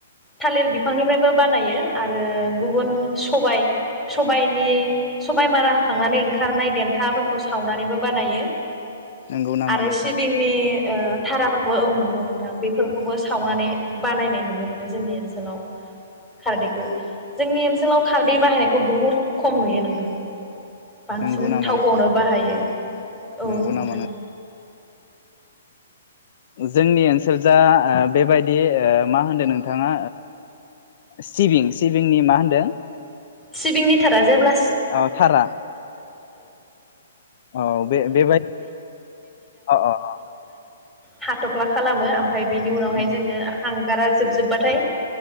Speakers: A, in the centre; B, on the left.
A: थालिर बिफांनिफ्रायबो बानायो आरो गुबु गुबुन सबाय सबायनि सबाय मारा होखांनानै ओंखारनाय देन्थाफोरखौ सावनानैबो बानायो
B: नंगौ नामा
A: आरो
B: नोंथां
A: सिबिंनि थाराफोरखौबो औ नंगौ नोंथां बेफोरखौबो सावनानै बानायनाय नुनो मोनो जोंनि ओनसोलाव खारदैखौ जोंनि ओनसोलाव खारदै बाहायनायखौ बुहुद खम नुयो नोंथां बांसिन
B: नंगौ नामा
A: थावखौनो
B: नोंथां
A: बाहायो औ
B: नंगौ
A: नोंथां
B: नामा जोंनि ओनसोल जा बेबायदि मा होनदों नोंथाङा सिबिं सिबिंनि मा होनदों
A: सिबिंनि थारा जेब्ला।
B: अ थारा औ बे बेबायदि अ अ
A: हाथफ्ला खालामो। ओमफ्राय बिनि उनावहाय
B: नंगौ
A: जोङो हां गारा जोबजोबबाथाय